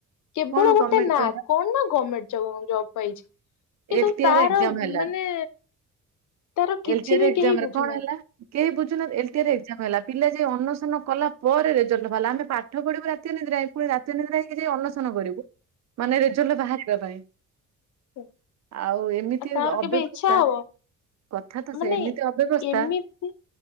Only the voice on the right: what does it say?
କଣ ଗଭର୍ଣ୍ଣମେଣ୍ଟ
କହିଲା
ଏଲ ଟି
ଆର ଏକ୍ଜାମ ହେଲା
ଏଲ ଟି ଆର
ଏକ୍ଜାମ
ରେ
କଣ ହେଲା କେହି ବୁଝୁନାହାନ୍ତି ଏଲଟିଏ ରେ ଏଗଜାମ ହେଲା। ପିଲା ଯାଇ ଅନସନ କଲା ପରେ ରେଜଲ୍ଟ ବାହାରଲା ଆମେ ପାଠ ପଢିବୁ ରାତି ଅନିଦ୍ରା ହେଇ ପୁଣି ରାତି ଅନିଦ୍ରା ହେଇକି ଯାଇ ଅନଶନ କରିବୁ। ମାନେ ରେଜଲଟ ବାହାରିବା ପାଇଁ।
ଆଉ ଏମିତି
ଅବ୍ୟବସ୍ଥା
କଥା ତ
ସେ ଏମିତି ଅବ୍ୟବସ୍ଥା।